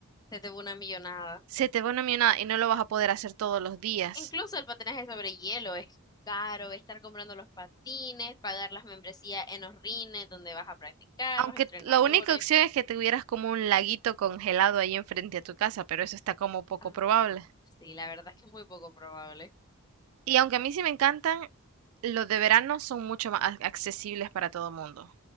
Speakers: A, on the left; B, on the right.
A: Se te va una millonada.
B: se te va una millonada y no lo vas a poder hacer todos los días.
A: Incluso el patinaje sobre hielo es caro, estar comprando los patines, pagar las membresías en los rines donde vas a practicar,
B: Aunque
A: los entrenadores.
B: la única opción es que tuvieras como un laguito congelado ahí enfrente a tu casa, pero eso está como poco
A: Ah,
B: probable.
A: sí, la verdad es que es muy poco probable.
B: Y aunque a mí sí me encantan, los de verano son mucho más ac- accesibles para todo el mundo.